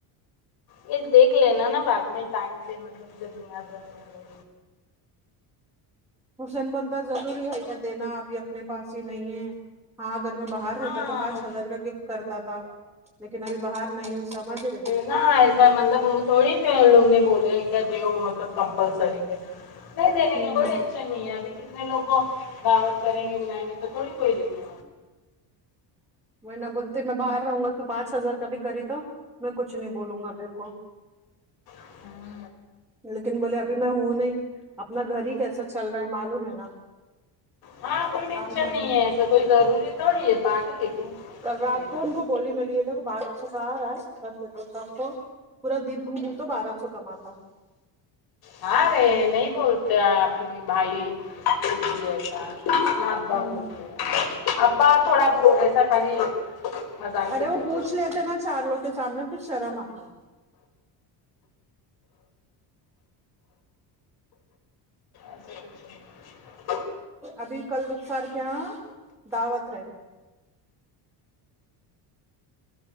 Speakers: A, on the left; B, in the centre.
A: یہ دیکھ لینا نا بعد میں ٹائم پہ مطلب <unintelligible>
B: حسین بولتا ضروری ہے کیا دینا ابھی اپنے پاس ہی نہیں ہے ہاں اگر میں باہر
A: ہاں
B: رہتا تو پانچ ہزار کا گفٹ کرتا تھا لیکن ابھی باہر نہیں ہوں سمجھ رہے
A: نہ ایسا مطلب وہ تھوڑی لوگ نے بولے کیا دیو مطلب کمپلسری ہے نہیں دینے
B: ہوں
A: کا کوئی ٹشن نہیں ابھی کتنے لوگ کو دعوت کریں گے بلائیں گے تو تھوڑی کوئی دیں گے
B: وہ نہ بولتے میں باہر رہوں گا تو پانچ ہزار کا بھی خریدو میں کچھ نہیں بولوں گا تیرے کو
A: ہے۔
B: لیکن بولے اب اب میں ہوں نہیں اپنا گھر ہی کیسا چل رہا ہے معلوم ہے نا
A: ہاں کوئی ٹینشن
B: کام دھندا
A: نہیں ہے ایسا کوئی ضروری تھوڑی ہے پاگل ہے کیا
B: کل رات
A: دینا
B: کو ان کو بولی ملی ے بارہ سو کا آ رہا ہے خ دیتا تو سب کو پورا دن گھوموں تو بارہ سو کماتا
A: ہاں رے نہیں بولتے اپ بھائی کبھی ایسا نا ابا
B: ہوں
A: بولتے ہیں ابا تھوڑا ب ایسا خالی مذاق
B: ارے
A: سے
B: وہ
A: بولتے
B: پوچھ
A: ہوں
B: لیتے نا چار لوگ کے سامنے پھر شرم آتی
A: <unintelligible>
B: ابھی کل رخسار کے یہاں دعوت ہے